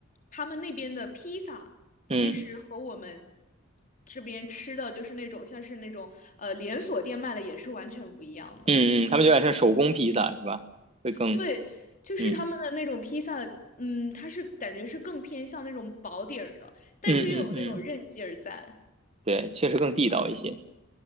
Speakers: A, on the left; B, on the right.
A: 他们那边的披萨，其实和我们
B: 嗯嗯
A: 这边吃的就是那种像是那种呃连锁店卖的也是完全不一样的。
B: 嗯，他们有点像手工披萨是吧？会更
A: 对，就是他们的那种披萨，
B: 嗯
A: 嗯，它是感觉是更偏向那种薄底儿的，但是又有那种韧劲儿在。
B: 嗯嗯嗯，对，确实更地道一些。